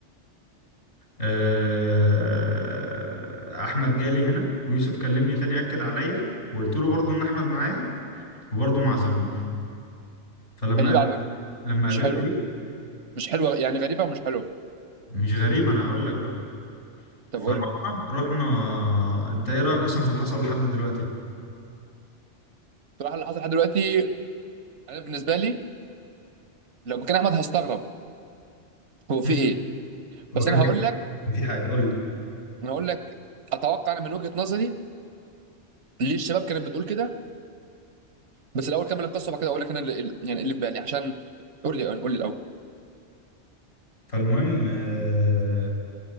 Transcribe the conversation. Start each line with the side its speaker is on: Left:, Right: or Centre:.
Left: آه احمد جالي هنا ويوسف كلمني تاني اكد عليا وقلت له برضو ان احمد معايا وبرضه ما عزموه فلما
Right: غريبه
Left: قابل-
Right: على فكره
Left: لما
Right: مش
Left: قابلت
Right: حلوه
Left: ايه،
Right: مش حلوه يعني غريبه ومش حلوه
Left: مش غريب انا هقول لك بقى
Right: طب
Left: فرحنا
Right: قول لي
Left: رحنا انت ايه رايك اصلا في اللي حصل لحد دلوقتي
Right: بصراحه اللي حصل لحد دلوقتي انا بالنسبه لي لو مكان احمد هستغرب هو في
Left: مم.
Right: ايه
Left: هو
Right: بس
Left: كان
Right: انا هقول
Left: في
Right: لك
Left: كان في حاجه قول لي
Right: انا هقول لك اتوقع انا من وجهه نظري ليه الشباب كانت بتقول كده بس الاول كمل القصه وبعد كده اقول لك انا اللي اللي- يعني اللي في بالي عشان قول لي قول لي الاول
Left: فالمهم آه